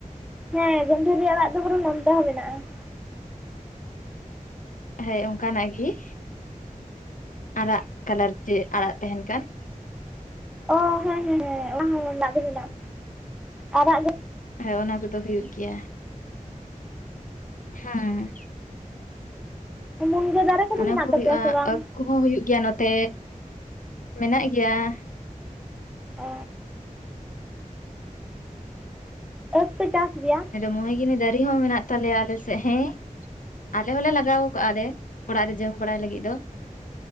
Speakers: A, in the centre; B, on the left.
A: ᱦᱮᱸ ᱜᱟᱹᱫᱷᱟᱹᱨᱤ ᱟᱲᱟᱜ ᱫᱚ ᱱᱚᱱᱛᱮ ᱦᱚᱸ ᱢᱮᱱᱟᱜ-ᱟ ᱾
B: ᱦᱮᱸ ᱚᱱᱠᱟᱱᱟᱜ ᱜᱤ ᱾ ᱟᱨᱟᱜ ᱠᱟᱞᱟᱨ ᱪᱮ ᱟᱲᱟᱜ ᱛᱟᱦᱮᱱ ᱠᱟᱱ ᱾
A: ᱚ ᱦᱮᱸ ᱦᱮᱸ ᱦᱮᱸ ᱚᱱᱟ ᱦᱚᱸ ᱢᱮᱱᱟᱜ ᱟᱨᱟᱜ ᱜᱮ
B: ᱦᱮᱸ ᱚᱱᱟ ᱠᱚᱫᱚ ᱦᱩᱭᱩᱜ ᱜᱮᱭᱟ ᱾ ᱦᱮᱸ
A: ᱢᱩᱱᱜᱟᱹ ᱫᱟᱨᱮ ᱠᱚᱫᱚ
B: ᱚᱱᱟ
A: ᱢᱮᱱᱟᱜ
B: ᱠᱚ
A: ᱛᱟᱯᱮᱭᱟ
B: ᱦᱩᱭᱩᱜᱼᱟ
A: ᱥᱮ ᱵᱟᱝ?
B: ᱟᱹᱠ ᱠᱚᱦᱚᱸ ᱦᱩᱭᱩᱜ ᱜᱮᱭᱟ ᱱᱚᱛᱮ ᱢᱮᱱᱟᱜ ᱜᱮᱭᱟ ᱾
A: ᱚ ᱟᱺᱠ ᱯᱮ ᱪᱟᱥ ᱜᱮᱭᱟ?
B: ᱢᱚᱦᱮᱜᱤᱱᱤ ᱫᱟᱨᱮ ᱦᱚᱸ ᱢᱮᱱᱟᱜ ᱛᱟᱞᱮᱭᱟ ᱟᱞᱮ ᱥᱮᱫ ᱦᱮᱸ ᱟᱞᱮ ᱦᱚᱞᱮ ᱞᱟᱜᱟᱣ ᱠᱟᱜ-ᱟᱞᱮ ᱚᱲᱟᱜ ᱨᱮ ᱡᱚᱢ ᱵᱟᱲᱟᱭ ᱞᱟᱹᱜᱤᱫ ᱫᱚ ᱾